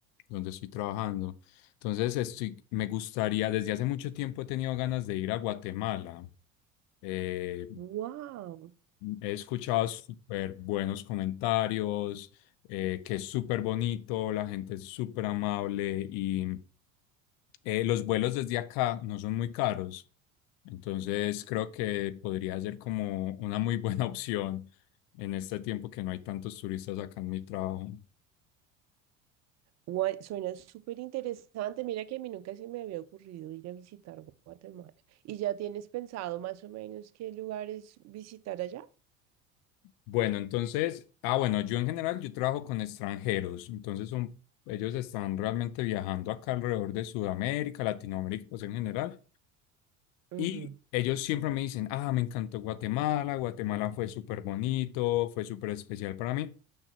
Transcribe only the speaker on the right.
¡Wow!
Guay, suena súper interesante. Mira que a mí nunca se me había ocurrido ir a visitar Guatemala. ¿Y ya tienes pensado más o menos qué lugares visitar allá?
Ujú.